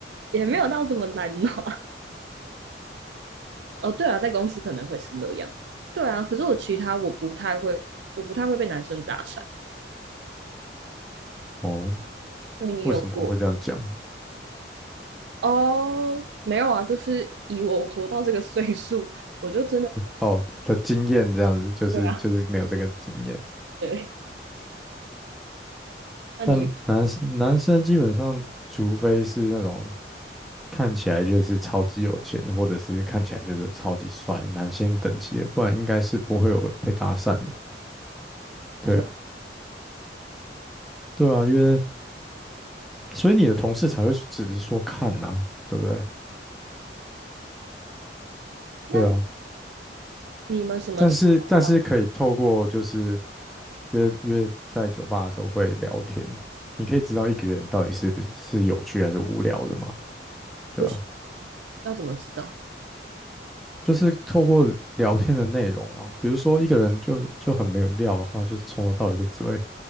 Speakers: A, on the right (about 75°); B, in the centre.
A: 也没有到这么难哦。<laughs> 哦，对啊，在公司可能会是那样，对啊。可是我其他我不太会，我不太会被男生搭讪，
B: 哦，
A: 所以你有过
B: 为什么会这样讲？
A: 哦？没有啊，就是以我活到这个岁数，我就真的
B: 哦的经验这样子，就是就是没有这个经验。
A: 对啊，对。那你
B: 但男生男生基本上，除非是那种看起来就是超级有钱，或者是看起来就是超级帅，男星等级的，不然应该是不会有被搭讪的。对啊，
A: 说，
B: 对啊，因为所以你的同事才会只是说看呐、对不对？对啊，
A: 那你们什么情况下
B: 但是但是可以透过就是约约在酒吧的时候会聊天，你可以知道一个人到底是不是是有趣还是无聊的嘛，对吧、
A: 不需要怎么知道？
B: 就是透过聊天的内容啊，比如说一个人就就很没有料的话，就从头到尾就只会